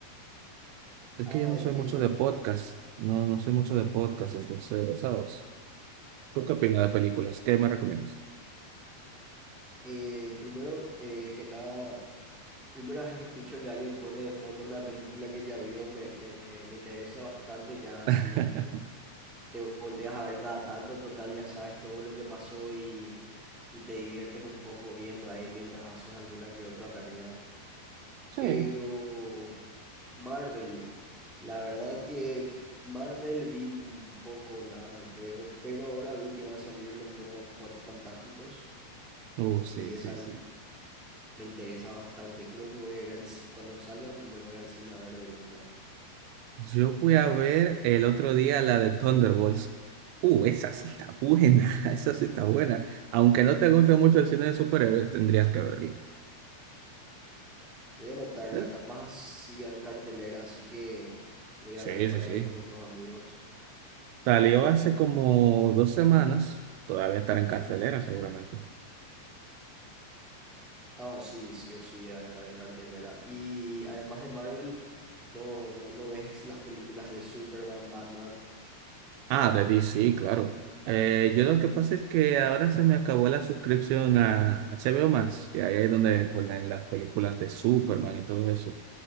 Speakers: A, on the right; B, in the centre.
A: Es
B: Ah,
A: que yo no
B: entiendo.
A: soy mucho de podcast, no, no soy mucho de podcast, entonces, ¿sabes? ¿Tú qué opinas de películas? ¿Qué me recomiendas?
B: Eh, primero eh, que nada, primera vez que escucho que alguien pone de fondo una película que ya vio, me, me, me interesa bastante ya así
A: <laughs>
B: te volteas a ver cada tanto, total ya sabes todo lo que pasó y, y te diviertes un poco viendo ahí mientras haces alguna que otra tarea.
A: Sí.
B: Pero Marvel, la verdad que Marvel vi un poco nada, creo, pero ahora vi que va a salir los nuevos Cuatro Fantásticos
A: Uh, sí,
B: y esa
A: sí,
B: l-
A: sí.
B: me interesa bastante. Creo que voy a ir al cine, cuando salgan me voy al cine a ver de una.
A: Yo fui a ver el otro día la de Thunderbolts. Uh, esa sí está buena, <laughs> esa sí está buena. Aunque no te guste mucho el cine de superhéroes, tendrías que verla.
B: Voy a anotarla,
A: ¿Ves?
B: capaz sigan en cartelera, así que voy
A: Sí,
B: a ver para
A: sí, sí.
B: ir con unos amigos.
A: Salió hace como dos semanas, todavía estará en cartelera seguramente.
B: Ah, sí, sí o sí va a estar en cartelera. Y además de Marvel, no, no ves las películas de Superman, Batman,
A: Ah, de DC, claro. Eh, yo lo que pasa es que ahora se me acabó la suscripción a HBO Max y ahí es donde ponen las películas de Superman y todo eso.